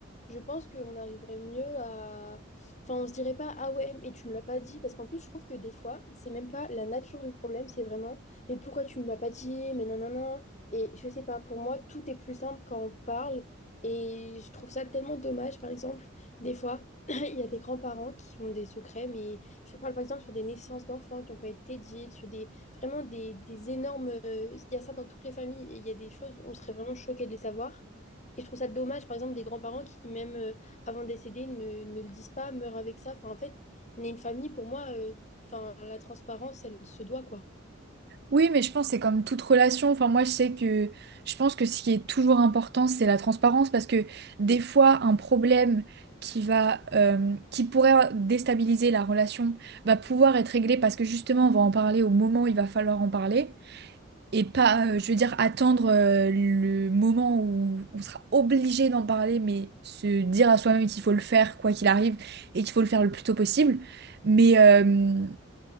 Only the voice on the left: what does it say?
je pense qu'on arriverait mieux à... Enfin, on se dirait pas, ah ouais, mais tu me l'as pas dit, parce qu'en plus je trouve que des fois, c'est même pas la nature du problème, c'est vraiment mais pourquoi tu ne me l'as pas dit? Mais nanana. Et je sais pas, pour moi, tout est plus simple quand on parle. Et je trouve ça tellement dommage, par exemple, des fois. <clears throat> Il y a des grands-parents qui ont des secrets, mais je parle par exemple sur des naissances d'enfants qui n'ont pas été dites, sur des vraiment des, des énormes. euh, Il y a ça dans toutes les familles et il y a des choses, on serait vraiment choqués de les savoir. Et je trouve ça dommage, par exemple, des grands-parents qui, même euh, avant de décéder, ne, ne le disent pas, meurent avec ça. Enfin, en fait, on est une famille, pour moi, euh, enfin, la transparence, elle se doit, quoi.